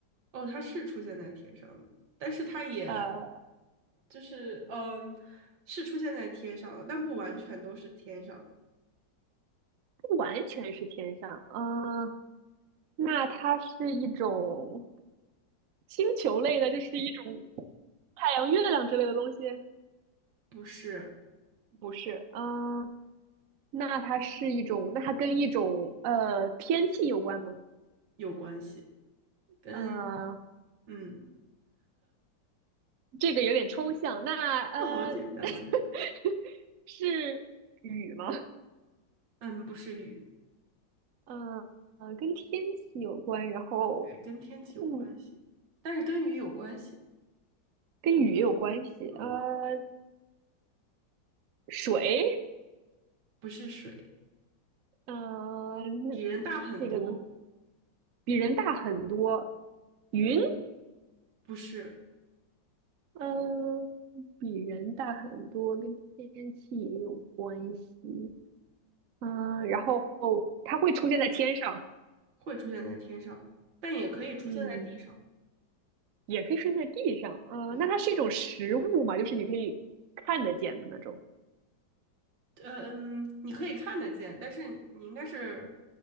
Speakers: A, on the right; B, on the right.
A: 哦，它是出现在天上的，但是它也
B: 呃，
A: 就是嗯，是出现在天上的，但不完全都是天上，
B: 不完全是天上，啊，那它是一种星球类的，就是一种太阳、月亮之类的东西，
A: 不是
B: 不是，啊，那它是一种，那它跟一种呃天气有关吗？
A: 有关系，跟
B: 呃，
A: 嗯。
B: 这个有点抽象，那呃
A: <laughs> 那好简单，
B: <laughs>
A: 我觉得。
B: 是雨吗？
A: 嗯，不是雨，
B: 呃呃，跟天气有关，然后
A: 对，跟天气有关系，
B: 嗯，
A: 但是跟雨有关系。
B: 跟雨也有关系，
A: 嗯，
B: 呃，水。
A: 不是水，
B: 嗯呃，那
A: 比人大很多。
B: 这个呢比人大很多，云，
A: 对，不是，
B: 嗯，比人大很多，跟天气也有关系，嗯，然后它会出现在天上，
A: 会出现在天上，但也可以出现在地上。
B: 嗯，也可以出现在地上，嗯，
A: 对，
B: 那它是一种实物嘛，就是你可以看得见的那种，
A: 呃嗯，你可以看得见，但是你应该是，